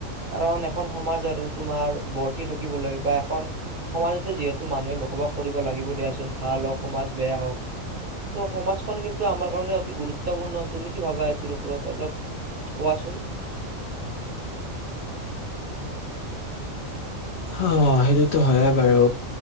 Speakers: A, on the right (about 50°); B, on the left (about 65°).
A: কাৰণ এখন সমাজ আৰু তোমাৰ বৰ্তি থাকিবলৈ বা এখন সমাজতে যিহেতু মানুহে বস- সবাস কৰিব লাগিব দিয়াচোন ভাল হওক, সমাজ বেয়া হওক ত' সমাজখন কিন- টো আমাৰ কাৰণে অতি গুৰুত্বপূৰ্ণ তুমি কি ভাবা এইটোৰ ওপৰত অলপ কোৱাচোন? <inaudible>
B: অ সেইটোতো হয়ে বাৰু।